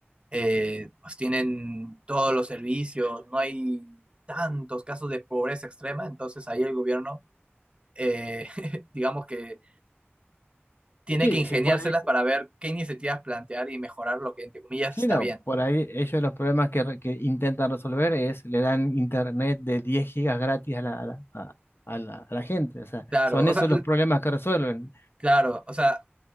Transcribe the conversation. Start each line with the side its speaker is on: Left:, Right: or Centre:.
Right: eh, pues tienen todos los servicios, no hay tantos casos de pobreza extrema, entonces ahí el gobierno, eh, <laughs> digamos que tiene
Left: Sí,
Right: que ingeniárselas
Left: se- por ahí,
Right: para ver qué iniciativas plantear y mejorar lo que entre comillas
Left: sí,
Right: está
Left: no,
Right: bien.
Left: por ahí ellos los problemas que, re- que intentan resolver es le dan internet de 10 gigas gratis a la, a la, a- a la, a la gente. O sea,
Right: Claro,
Left: son
Right: o
Left: esos
Right: sea, l-
Left: los problemas que resuelven.
Right: claro, o sea,